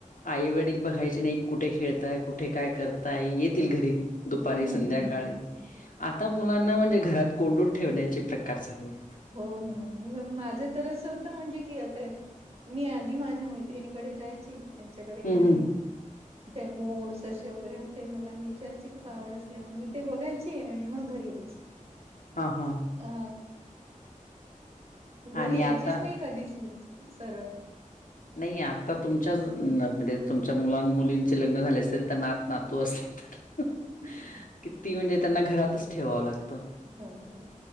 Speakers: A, on the left; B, on the right.
A: आई वडील बघायचे नाही कुठे खेळताय कुठे काय कर काय येतील घरी दुपारी
B: हम्म
A: संध्याकाळी
B: हम्म
A: आता मुलांना म्हणजे घरात कोंडूनं ठेवण्याचे प्रकार चालेत.
B: हो ना हो माझ तर असं त म्हणजे की आता मी आधी माझ्या मैत्रिणीकडे जायची त्यांच्याकडे घरी
A: हं, हं.
B: <unintelligible> ते मोर, ससे वगैरे होते मला नेचरची खूप आवड असल्यामुळे मी ते बघायची आणि मग घरी यायच <inaudible>
A: हा हा
B: आ घरी
A: आणि
B: यायचीच
A: आता
B: नाही कधीच मी सरळ
A: नाही आता तुमच्याच म्हणजे तुमच्या मुलां मुलींचे लग्न झाले असेल त नात नातू असतील
B: <unintelligible>
A: तर किती म्हणजे त्यांना घरातच ठेवावं लागतं.
B: हो हो.